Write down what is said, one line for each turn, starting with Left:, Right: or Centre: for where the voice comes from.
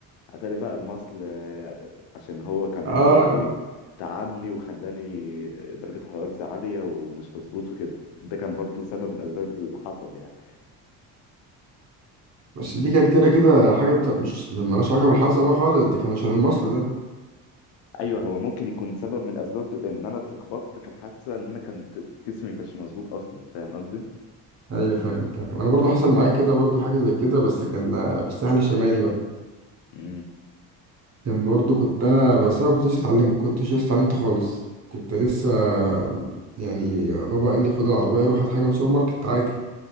Left: اتاري بقى المصل آه، عشان هو كان
Right: آه
Left: قوي قوي تعبني وخلاني درجة حرارتي عالية ومش مظبوط وكده ده كان برضو سبب من الأسباب اللي حصل يعني
Right: بس دي كانت كده كده حاجة بتا... مش مالهاش علاقة بالحادثة بقى خالص دي كان عشان المصل ده
Left: أيوه هو ممكن يكون سبب من أسباب إن أنا اتلخبطت في الحادثة إن أنا كنت جسمي ما كانش مظبوط أصلا فاهم قصدي؟
Right: أيوة فاهم فاهم أنا برضو حصل معايا كده برضو حاجة زي كده بس كان آه، في الساحل الشمالي بقى
Left: امم
Right: كان برضو كنت أنا بس أنا كنتش اتعلمت كنتش لسه اتعلمت خالص كنت لسه آه، يعني بابا قال لي خد العربية روح هات حاجة من السوبر ماركت عادي